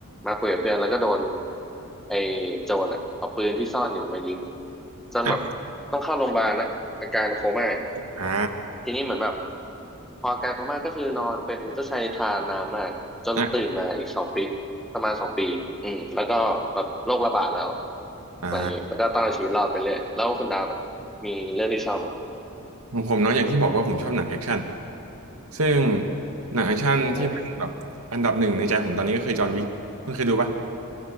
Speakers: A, in the centre; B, on the right.
A: มาคุยกับเพื่อนแล้วก็โดนไอ้โจรอ่ะเอาปืนที่ซ่อนอยู่มายิงจนแบบ
B: อ่ะ
A: ต้องเข้าโรงพยาบาลนะอาการโคม่า
B: อ่า
A: ทีนี้เหมือนแบบพออาการโคม่าก็คือนอนเป็นเจ้าชายนิทรานนานมากจนตื่นมาอีกสองปี
B: อ่ะ
A: ประมาณสองปีอืมแล้วก็แบบโรคระบาดแล้ว
B: อ่า
A: อะไรอย่างงี้แล้วก็ต้องเอาชีวิตรอดไปเรื่อยแล้วคุณดาบอะมีเรื่องที่ชอบไหม
B: ของผมเนาะอย่างที่บอกว่าผมชอบหนังแอคชั่นซึ่งหนังแอคชั่นที่เป็นแบบอันดับหนึ่งในใจผมตอนนี้ก็คือจอห์นวิกคุณเคยดูปะ
A: อืม